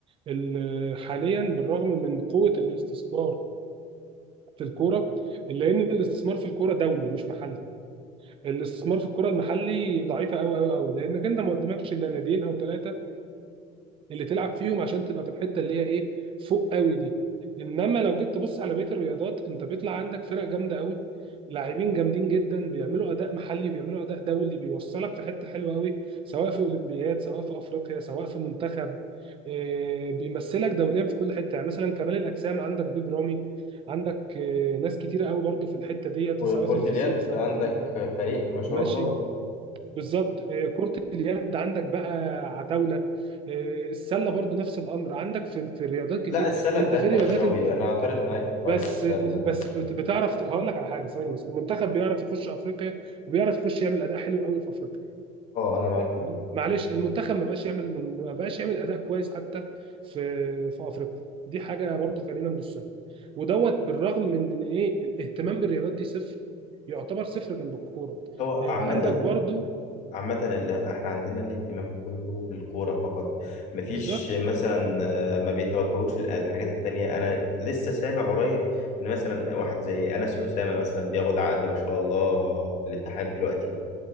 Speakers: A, on the right (about 35°); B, on the left (about 50°).
A: ال- حاليا بالرغم من قوه الاستثمار في الكوره الا ان الاستثمار في الكوره دولي مش محلي الاستثمار في الكوره المحلي ضعيفه قوي قوي قوي لانك انت ما قدامكش الا ناديين او ثلاثه اللي تلعب فيهم عشان تبقى في الحته اللي هي ايه فوق قوي دي انما لو جيت تبص على بقيه الرياضات انت بيطلع عندك فرق جامده قوي لاعبين جامدين جدا بيعملوا اداء محلي بيعملوا اداء دولي بيوصلك في حته حلوه قوي سواء في اولمبياد سواء في افريقيا سواء في منتخب آه، بيمثلك دوليا في كل حته يعني مثلا كمال الاجسام عندك بيج رامي عندك آه، ناس كتيره قوي برضو في الحته ديت
B: وكرة
A: سواء في الفيزيك
B: اليد
A: سواء
B: عندك
A: في
B: فريق ما شاء
A: المشي
B: الله
A: بالظبط آه، كرة اليد عندك بقى عتاولة آه، السلة برضو نفس الأمر عندك في في الرياضات كتير
B: لا السلة
A: أنت
B: بتاعتنا
A: في رياضات
B: مش قوي
A: أنت
B: انا اعترض معاك في حوار
A: بس
B: السلة ده
A: بس بت- بتعرف هقول لك على حاجة ثواني بس المنتخب بيعرف يخش أفريقيا وبيعرف يخش يعمل أداء حلو قوي في أفريقيا
B: اه انا معاك في
A: تمام؟
B: دي
A: معلش المنتخب ما بقاش يعمل ما بقاش يعمل أداء كويس حتى في في أفريقيا دي حاجة برضو خلينا نبص لها ودوت بالرغم من إن إيه الاهتمام بالرياضات دي صفر يعتبر صفر جنب الكورة
B: هو عامة
A: آه، عندك برضو
B: عامة اللي احنا عندنا الاهتمام كله بالكورة فقط مفيش
A: بالظبط
B: مثلا آه، ما بيتوجهوش للحاجات التانية انا لسه سامع قريب ان مثلا واحد زي انس اسامة مثلا بياخد عقد ما شاء الله في الاتحاد دلوقتي